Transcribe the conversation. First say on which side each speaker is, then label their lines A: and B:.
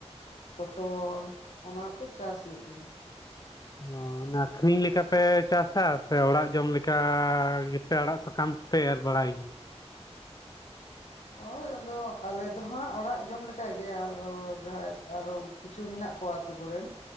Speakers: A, on the left; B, on the left.
A: ᱯᱚᱴᱚᱞ ᱚᱱᱟ ᱠᱟ. ᱡ ᱪᱟᱥ ᱦᱩᱭᱩᱜ ᱜᱮᱭᱟ
B: ᱚ ᱚᱱᱟ ᱟᱹᱠᱷᱨᱤᱧ ᱞᱮᱠᱟ ᱯᱮ ᱪᱟᱥᱟ ᱥᱮ ᱚᱲᱟᱜ ᱡᱚᱢ ᱞᱮᱠᱟ ᱜᱮᱯᱮ ᱟᱲᱟᱜ ᱥᱟᱠᱟᱢ ᱠᱚᱯᱮ ᱮᱨ ᱵᱟᱲᱟᱭ ᱜᱮᱭᱟᱹ
A: ᱦᱳᱭ ᱟᱫᱚ ᱟᱞᱮ ᱫᱚ ᱦᱟᱸᱜ ᱚᱲᱟᱜ ᱡᱚᱢ ᱞᱮᱠᱟᱜ ᱜᱮ ᱟᱫᱚ ᱡᱟᱦᱟᱸᱭ ᱟᱨᱚ ᱠᱤᱪᱷᱩ ᱢᱮᱱᱟᱜ ᱟᱠᱚ ᱟᱛᱳ ᱠᱚᱨᱮᱱ